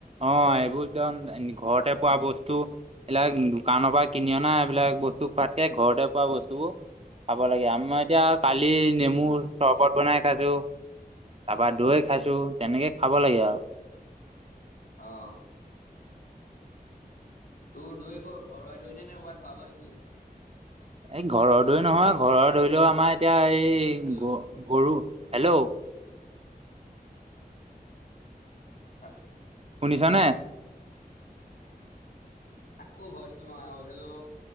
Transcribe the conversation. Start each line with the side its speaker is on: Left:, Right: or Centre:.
Right: অ এইবোৰ একদম ঘৰতে পোৱা বস্তু। এইবিলাক দোকানৰ পৰা কিনি অনা এইবিলাক বস্তু খোৱাতকে ঘৰতে পোৱা বস্তুবোৰ খাব লাগে মই এতিয়া কালি নেমু
Left: উম
Right: চৰবত বনাই খাইছো তাৰপা দৈ খাইছো তেনেকে খাব লাগে আৰু
Left: আহ তোৰ দৈ কৰ ঘৰৰ দৈ নে নে ক'ৰবাত ভৰাব দিছিলে।
Right: এই ঘৰৰ দৈ নহয় ঘৰৰ ধৰি লও আমাৰ এতিয়া এই এই
Left: হেল্ল'
Right: গ গৰু হেল্ল'
Left: হয়
Right: শুনিছ নে
Left: আকৌ ভইচটো নহাই হ'ল হেল্ল'